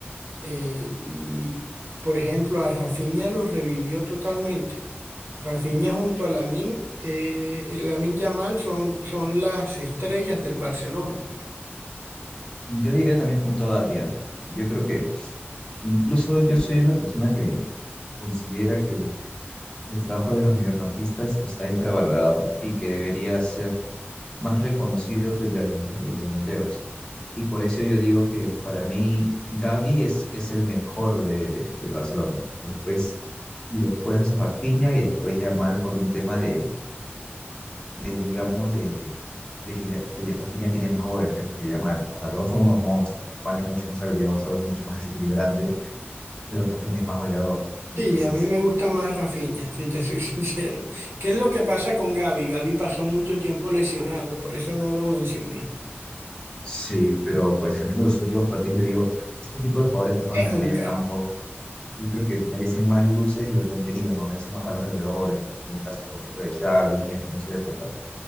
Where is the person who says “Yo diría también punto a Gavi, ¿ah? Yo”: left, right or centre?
Left